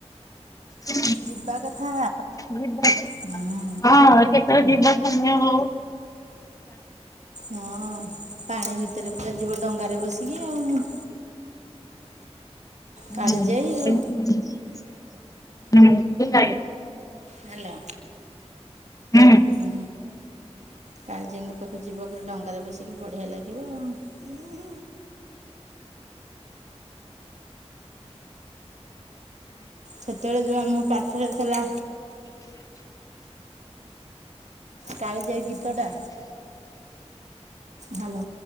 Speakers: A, on the left; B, on the right.
A: ହଁ
B: ଯିବା କଥା।
A: ଯିବା କଥା,
B: ହୁଁ।
A: ହଁ କେ ତ ଯିବ ସମୟ ହଉ।
B: ହଁ ପାଣି ଭିତେରେ ପୁରା ଯିବ ଡଙ୍ଗାରେ ବସିକି ଆଉ।
A: <inaudible>
B: କାଳିଜାଇ ଆଉ ହାଲୋ।
A: ହୁଁ।
B: ହୁଁ। କାଳିଜାଈଙ୍କ ପାଖୁକୁ ଯିବ ପୁରା ଡଙ୍ଗାରେ ବସିକି ବଢିଆ ଲାଗିବ ଆଉ। ସେତେବେଳେ ଯୋଉ ଆମ ପାଖେରେ ଥେଲା। କାଳିଜାଈ ଗୀତ ଟା। ହାଲୋ,